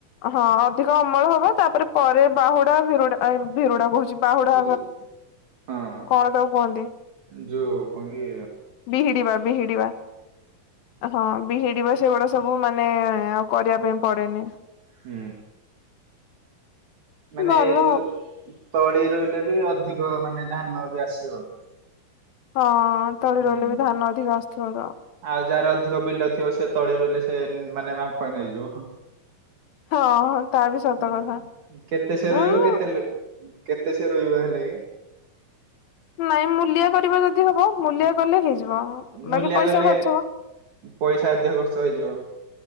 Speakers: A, on the left; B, on the right.
A: ହଁ ଅଧିକ ଅମଳ ହବ ତାପରେ ପରେ ବାହୁଡା ଭିରୁଡା ଉମ୍ ଭିରୁଡା କହୁଛି। ବାହୁଡା
B: ଅଜଃ ହଁ
A: କଣ ତାକୁ କୁହନ୍ତି
B: ଯୋଉ କଂକି
A: ବିହିଡିବା ବିହିଡିବା ହଁ ବିହିଡିବ ସେଗୁଡା ସବୁ ମାନେ ଆଉ କରିବା ପାଇଁ ପଡେନି
B: ହୁଁ। ମାନେ
A: ଭଲ
B: ଯୋଉ ତଳି ରହିଲେ ବି ଅଧିକ ମାନେ ଧାନ ବି ଆସିବ
A: ହଁ ତଳି
B: ହୁଁ
A: ରହିଲେ ବି ଧାନ ଅଧିକ ଆସୁଥିବ ତ
B: ଆଉ ଯାହାର ଅଧିକ ବିଲ ଥିବ ସେ ତଳି ରହିଲେ ସେ ମାନେ ବାମ୍ଫ ନେଇଯିବ।
A: ହଁ ତା ବି ସତ
B: ହୁଁ
A: କଥା
B: କେତେ ସେ ରହିବ
A: ଉଁ
B: କେତେ କେତେ ସେ ରହିବ ହେଲା କି
A: ନାଇଁ ମୁୂଲିଆ କରିବା ଯଦି ହବ ମୁୂଲିଆ କଲେ ହେଇଯିବ ବାକି
B: ମୂଲିଆ
A: ପଇସା
B: କଲେ
A: ଖର୍ଚ୍ଚ ହବ।
B: ପଇସା ଅଧିକ ଖର୍ଚ୍ଚ ହେଇଯିବ